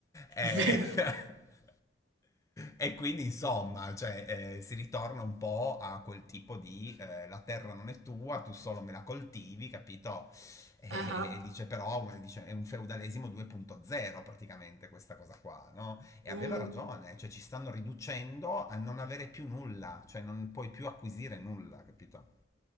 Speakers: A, on the left (about 15°); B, on the right (about 80°).
A: e...
B: vero.
A: <laughs> E quindi insomma, cioè, eh, si ritorna un po' a quel tipo di eh, la terra non è tua, tu solo me la coltivi, capito? E,
B: Ah,
A: e dice però, dice, è un feudalesimo 2.0 praticamente questa cosa qua, no? E
B: mm,
A: aveva ragione, cioè ci stanno riducendo a non avere più nulla, cioè non puoi più acquisire nulla, capito?